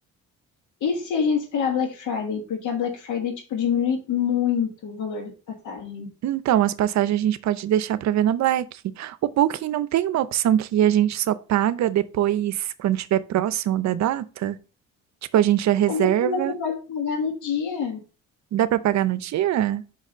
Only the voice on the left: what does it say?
E se a gente esperar a Black Friday? Porque a Black Friday, tipo, diminui muito o valor das passagens.
Ou você vai- você pode pagar no dia.